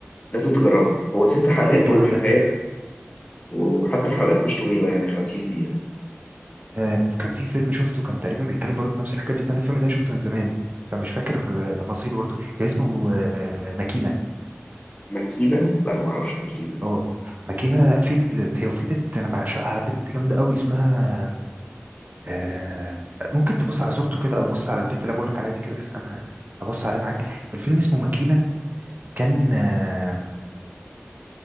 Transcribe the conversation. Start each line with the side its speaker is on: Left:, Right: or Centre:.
Left: لازم تجربه هو ست حلقات
Right: ايه الجمال
Left: كل حكاية
Right: ده
Left: وحتى الحلقات مش طويلة يعني 50 دقيقة
Right: آه، كان في فيلم شفته كان تقريبا بيتكلم برضه في نفس الحكايه بس انا الفيلم ده شفته من زمان فمش فاكر آه، تفاصيله برضه كان اسمه آه، ماكينه
Left: ماكينة لا معرفش ماكينة
Right: اه ماكينه في ال... هي وفي بنت انا بعشقها بنت جامده قوي اسمها آه، ممكن تبص على صورته كده او بص على البنت اللي بقول لك عليها دي كده استنى ابص عليها معاك الفيلم اسمه ماكينه كان آه،